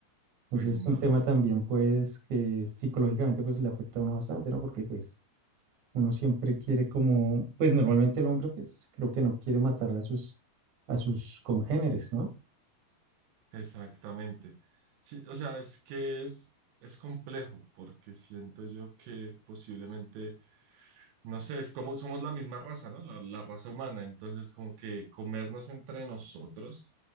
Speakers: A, on the right; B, on the right.
A: Entonces
B: Uy, no.
A: es un tema también pues que psicológicamente pues le afecta a uno bastante, ¿no? Porque pues uno siempre quiere como, pues normalmente el hombre pues creo que no quiere matar a sus, a sus congéneres, ¿no?
B: Exactamente. Sí, o sea, es que es, es complejo porque siento yo que posiblemente, no sé, es como somos la misma raza, ¿no? La, la raza humana. Entonces, como que comernos entre nosotros